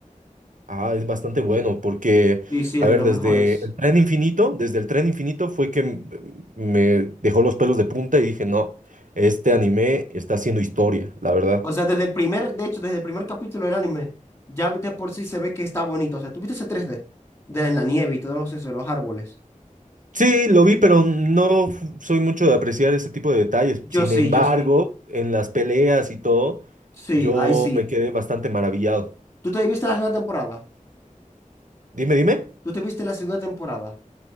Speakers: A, on the right; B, on the left.
A: Ah, es bastante bueno porque,
B: Sí, sí, es
A: a
B: de
A: ver,
B: los
A: desde
B: mejores.
A: el tren infinito, desde el tren infinito fue que m- me dejó los pelos de punta y dije, no, este anime está haciendo historia, la verdad.
B: O sea, desde el primer, de hecho, desde el primer capítulo del anime, ya de por sí se ve que está bonito. O sea, ¿tú viste ese 3D? De en la nieve y todos esos los árboles.
A: Sí, lo vi, pero no f- soy mucho de apreciar ese tipo de detalles.
B: Yo
A: Sin
B: sí,
A: embargo,
B: yo sí.
A: en las peleas y todo,
B: Sí,
A: yo
B: ahí sí.
A: me quedé bastante maravillado.
B: ¿Tú te viste la segunda temporada?
A: Dime, dime.
B: ¿Tú te viste la segunda temporada?